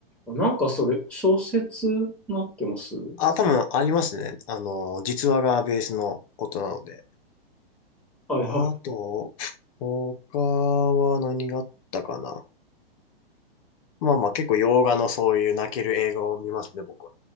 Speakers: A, in the centre; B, on the left.
A: い。なんかそれ、小説になってます
B: あ、多分ありますね。あの、実話がベースのことなので。
A: はい
B: あと、他は何があったかな。まあまあ結構洋画のそういう泣ける映画を見ますね、僕は。